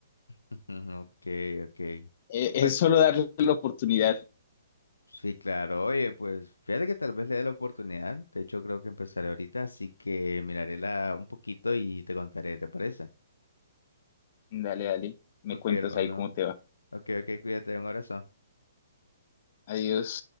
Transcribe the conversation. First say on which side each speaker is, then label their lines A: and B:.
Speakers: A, on the left (about 75°); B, on the left (about 40°).
A: ujú, <laughs> ok, ok.
B: Eh, es
A: Bueno,
B: solo darle la oportunidad.
A: Sí, claro. Oye, pues fíjate que tal vez le dé la oportunidad. De hecho, creo que empezaré ahorita, así que miraré la un poquito y te contaré, ¿te parece?
B: Dale, dale, me
A: Ok,
B: cuentas
A: hermano.
B: ahí cómo te va.
A: Ok, ok, cuídate, un abrazo.
B: Adiós.